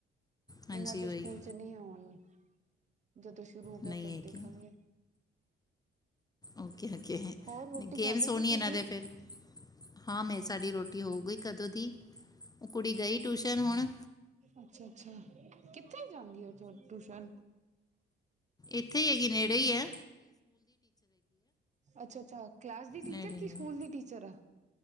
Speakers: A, on the left; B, on the right.
A: ਹਾਂਜੀ,
B: ਇਹਨਾਂ ਦੇ
A: ਵਹੀ।
B: ਸਕੂਲ ਚ ਨਹੀਂ ਆਉਣ ਜਦੋਂ ਸ਼ੁਰੂ ਹੋਗਾ
A: ਨਹੀਂ
B: ਤਦ
A: ਹੈ
B: ਦੇਖਾਂਗੇ
A: ਕਿ ਓਕੇ
B: ਹੋਰ ਰੋਟੀ
A: ਗੇਮਸ
B: ਖਾ ਲਈ
A: ਹੋਣੀ
B: ਤੀ ਤੁਸੀਂ
A: ਇਹ ਦੇ ਫਿਰ ਹਾਂ, ਮੈਂ ਸਾਡੀ ਰੋਟੀ ਹੋ ਗਈ ਕਦੋਂ ਦੀ। ਉਹ ਕੁੜੀ ਗਈ ਟਿਊਸ਼ਨ ਹੁਣ।
B: ਅੱਛਾ, ਅੱਛਾ ਕਿ ਕਿੱਥੇ ਜਾਂਦੀ ਥ ਟਿਊਸ਼ਨ।
A: ਇੱਥੇ ਹੈਗੀ ਨੇੜੇ ਈ ਏ।
B: ਅੱਛਾ, ਅੱਛਾ। ਕਲਾਸ ਦੀ ਟੀਚਰ,
A: ਨੇੜੇ ਹੀ
B: ਕੇ ਸਕੂਲ
A: ਹੈ
B: ਦੀ ਟੀਚਰ ਆ।